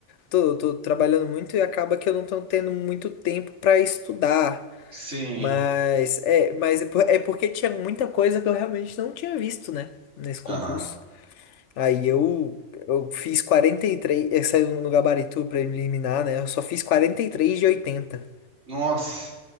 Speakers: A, on the left; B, on the right.
A: Tô, tô trabalhando muito e acaba que eu não tô tendo muito tempo pra estudar.
B: Sim.
A: Mas é, mas é, por- é porque tinha muita coisa que eu realmente não tinha visto, né? Nesse concurso.
B: Aham.
A: Aí eu, eu fiz 43. eh, Saiu no gabarito preliminar, né? Eu só fiz 43 de oitenta
B: Nossa.